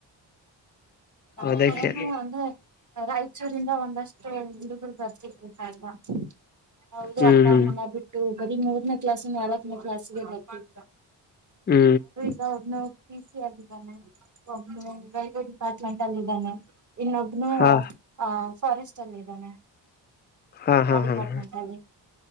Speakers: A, on the right (about 40°); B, on the left (about 25°).
A: ನಮ್ಮ
B: ಅದಕ್ಕೆ
A: ಕಡೆನೂ ಒಂದೆ ರಾಯಚೂರಿಂದ ಒಂದಷ್ಟು ಹುಡುಗ್ರು ಬರ್ತಿದ್ರು ಪಾಪ. ಚಿಕ್ ಅವರು
B: ಹ್ಮ್
A: ಅಪ್ಪ
B: ಹ್ಮ್
A: ಅಮ್ಮನ ಬಿಟ್ಟು ಬರೀ ಮೂರ್ನೇ ಕ್ಲಾಸ್ ನಾಲ್ತ್ತನೇ ಕ್ಲಾಸ್ಗೆ ಬರ್ತಿದ್ರು.
B: ಹು
A: ಇಗ ಒಬ್ಬನು ಪಿ ಸಿ ಆಗಿದ್ದಾನೆ ಒಬ್ಬನು ರೇಲ್ವೆ ಡಿಪಾ. ಅಪಾರ್ಟ್ಮೆಂಟ್ ಅಲ್ಲಿ ಇದಾನೆ ಇನ್ನೊಬ್ನು
B: ಹಾ
A: ಅ ಫಾರೆಸ್ಟ್ ಅಲ್ಲಿ ಇದ್ದಾನೆ
B: ಹಾ ಹಾ
A: ಆ ಡಿಪಾರ್ಟ್ಮೆಂಟ್
B: ಹಾ ಹಾ
A: ಅಲ್ಲಿ